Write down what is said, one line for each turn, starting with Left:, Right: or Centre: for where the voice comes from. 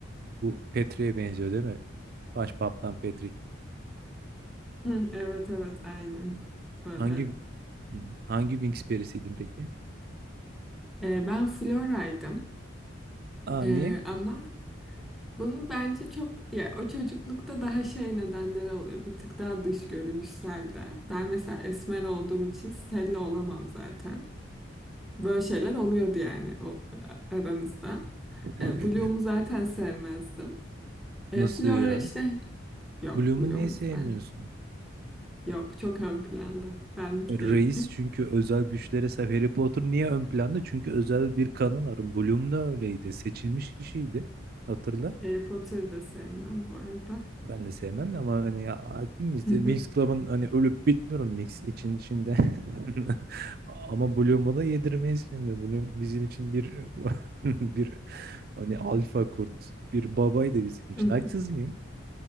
Right: Bu Petri'ye benziyor değil mi? Başbaptan Petrik.
Centre: Hı, evet evet aynen. Böyle.
Right: Hangi hmm, hangi Winx perisiydin peki?
Centre: E, ben Flora'ydım.
Right: Aa
Centre: Ee,
Right: niye?
Centre: ama bunun bence çok ya o çocuklukta daha şey nedenleri oluyor. Bir tık daha dış görünüşsel de. Ben mesela esmer olduğum için Stella olamam zaten. Böyle şeyler oluyordu yani o a- aranızda.
Right: <laughs>
Centre: Ee, Bloom'u zaten sevmezdim. Ee,
Right: Nasıl
Centre: Flora
Right: ya?
Centre: işte yok
Right: Bloom'u
Centre: Bloom'u
Right: niye sevmiyorsun?
Centre: ben. Yok çok ön planda. Benlik
Right: Reis
Centre: değil.
Right: çünkü özel güçlere sahip. Harry Potter niye ön planda? Çünkü özel bir kanı var. Bloom da öyleydi. Seçilmiş kişiydi. Hatırla.
Centre: <laughs> Harry Potter'ı da sevmem bu arada.
Right: Ben de sevmem de ama hani ya, hakim miyiz?
Centre: <laughs>
Right: Winx
Centre: Hı
Right: Club'ın hani ölüp bitmiyorum Mix için içinde. <laughs> Ama Bloom'u da yedirmeyiz şimdi. Bloom bizim için bir <laughs> bir hani alfa kurt, bir babaydı bizim için.
Centre: hı.
Right: Haksız
Centre: <laughs>
Right: mıyım?